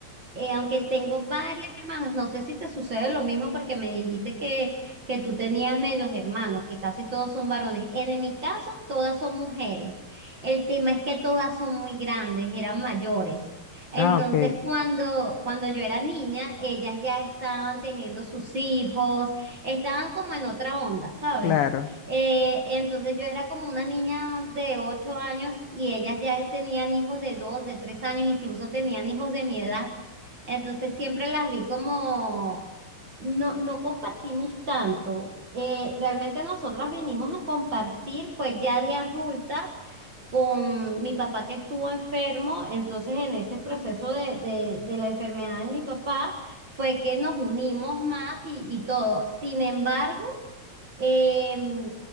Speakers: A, on the right; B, on the left.
A: Eh, aunque tengo varias hermanas, no sé si te sucede lo mismo porque me dijiste que, que tú tenías medios hermanos, que casi todos son varones. En mi caso, todas son mujeres. El tema es que todas son muy grandes, eran mayores. Entonces,
B: Ah, ok,
A: cuando, cuando yo era niña, ellas ya estaban teniendo sus hijos, estaban como en otra onda, ¿sabes?
B: claro,
A: Eh, entonces yo era como una niña de ocho años y ellas ya tenían hijos de dos, de tres años, incluso tenían hijos de mi edad. Entonces siempre las vi como, no, no compartimos tanto. Eh, realmente nosotros venimos a compartir, fue ya de adultas, con mi papá que estuvo enfermo, entonces en ese proceso de, de, de la enfermedad de mi papá fue que nos unimos más y, y todo. Sin embargo, Em,